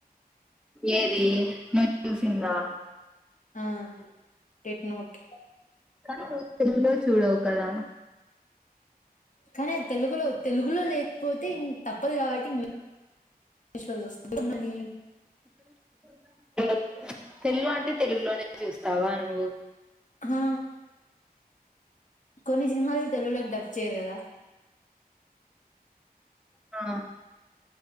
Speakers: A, in the centre; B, on the left.
A: ఏది నువ్ చూసిందా
B: ఆ టెట్ నోట్
A: కానీ నువ్ తెలుగు లో చూడవు కదా
B: కానీ అది తెలుగులో తెలుగులో లేకపోతే ఇం తప్పదు కాబట్టి ఇ ఇంగ్లీషులో చూస్తుందా బొమ్మల్ని
A: <inaudible> తెలుగు అంటే తెలుగులోనే చూస్తావా ను్
B: ఆ కొన్ని సినిమాలు తెలుగులోకి డబ్ చేయరు కదా
A: ఆ